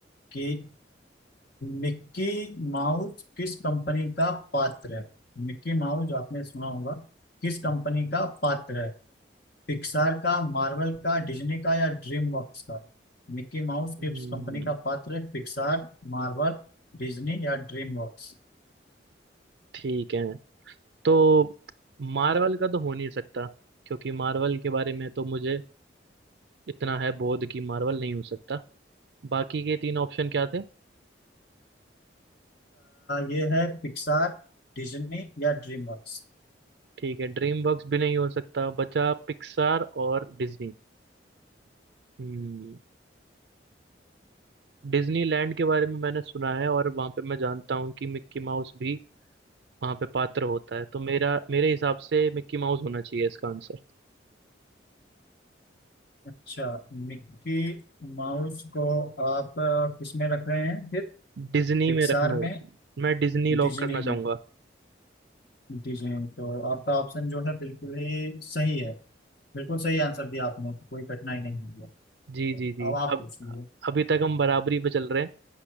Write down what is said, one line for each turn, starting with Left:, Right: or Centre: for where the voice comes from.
Left: कि मिक्की माउस किस कंपनी का पात्र है मिक्की माउस आपने सुना होगा किस कंपनी का पात्र है पिक्सार का मार्वल का डिज्नी का या ड्रीम वर्क्स का मिक्की माउस
Right: हम्म,
Left: किस कंपनी का पात्र है पिक्सार मार्वल डिज्नी या ड्रीम वर्क्स
Right: ठीक है तो मार्वल का तो हो नहीं सकता क्योंकि मार्वल के बारे में तो मुझे इतना है बोध कि मार्वल नहीं हो सकता बाकी के तीन ऑप्शन क्या थे
Left: ये है पिक्सार डिज्नी या ड्रीम वर्क्स
Right: ठीक है ड्रीम वर्क्स भी नहीं हो सकता बचा पिक्सार और डिज्नी हम्म डिज्नी लैंड के बारे में मैंने सुना है और वहाँ पे मैं जानता हूँ कि मिक्की माउस भी वहाँ पे पात्र होता है तो मेरा मेरे हिसाब से मिक्की माउस होना चाहिए इसका आंसर
Left: अच्छा मिक्की माउस को आप अ, किस में रख रहे हैं फिर
Right: डिज्नी
Left: पिक्सार
Right: में रखना
Left: में
Right: मैं डिज्नी लॉक
Left: डिज्नी
Right: करना चाहूंगा
Left: में डिज्नी तो आपका ऑप्शन जो है बिल्कुल ही सही है बिल्कुल सही आंसर दिया आपने कोई कठिनाई नहीं हुई है तो
Right: जी जी जी
Left: अब आप पूछ लीजिए
Right: अभी तक हम बराबरी पे चल रहे हैं